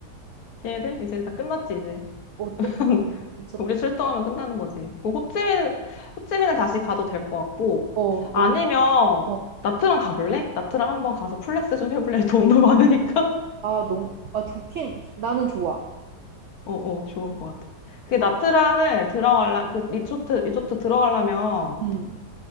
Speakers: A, on the left; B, on the right.
A: 걔네들? 이제 다 끝났지, 이제.
B: 어떡
A: <laughs>
B: 미쳤다.
A: 우리 출동하면 끝나는 거지. 그 호찌민, 호찌민은 다시 가도 될 것 같고,
B: 어
A: 아니면,
B: 너무 어,
A: 나트랑 가볼래? 나트랑 한번 가서 플렉스 좀 해볼래? <laughs> 돈도 많으니까?
B: 아 너무 아 좋긴 나는 좋아.
A: 어, 어, 좋을 것 같아. 그 나트랑을 들어갈라, 그 리조트, 리조트 들어가려면,
B: 음.